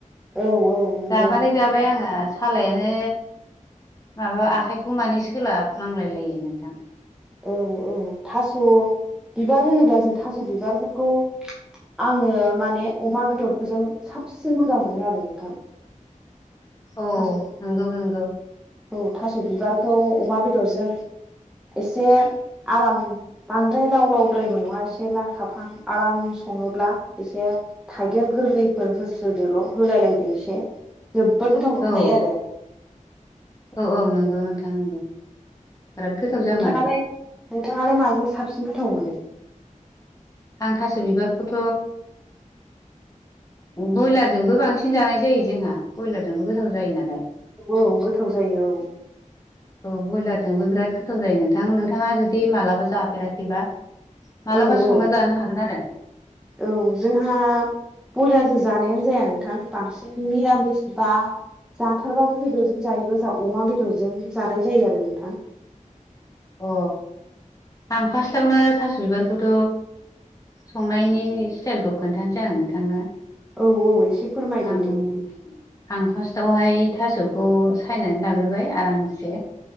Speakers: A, in the centre; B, on the left (about 25°).
A: औ औ नंगौ
B: जाबा थाय आङो सालायानो माबा आखाइखौ माने सोलाफ्लांलाय लायो नोंथां
A: औ औ थास' बिबार होनोबा जों थास' बिबारफोरखौ आङो माने अमा बेदरफोरजों साबसिन मोजां मोनो आरो नोंथां।
B: औ
A: थास'
B: नंगौ नंगौ।
A: औ थास' बिबारखौ अमा बेदरजों एसे आराम बांद्राय लाव लावद्रायबो नङा एसे ला थाफां आराम सङोब्ला एसे थागिर गोरलैफोर होस्रोदोल' होलायलायदो एसे जोब बोर गोथाव मोनखायो
B: औ
A: आरो।
B: औ औ नंगौ नोंथां नंगौ बिराद गोथाव
A: नोंथाङालाय
B: जामारो।
A: नोंथाङालाय माजों साबसिन गोथाव मोनो?
B: आं थास' बिबारखौथ' बयलारजोंबो बांसिन जानाय जायो जोंहा बयलारजोंबो गोथाव जायो नालाय।
A: औ गोथाव जायो औ।
B: औ बयलारजोंबो बिराद गोथाव जायो नोंथां नोंथाङा जुदि मालाबा जाफेराखैबा मालाबा
A: औ औ
B: संना जानो हागोन आरो।
A: औ जोंहा बयलााजों जानायानो जाया नोंथां बांसिन मिरामिस बा जाथारबाबो बेदरजों जायोबा अमा बेदरजों जानाय जायो आरो नोंथां।
B: अ आं फार्स्टावनो थास' बिबारखौथ' संनायनि स्टाइलखौ खोन्थानोासै आागोन नोंथांनो।
A: औ औ एसे फोरमायदो
B: आं
A: दे
B: आं फार्स्टावहाय थास'खौ सायनानै लाग्रोबाय आरामसे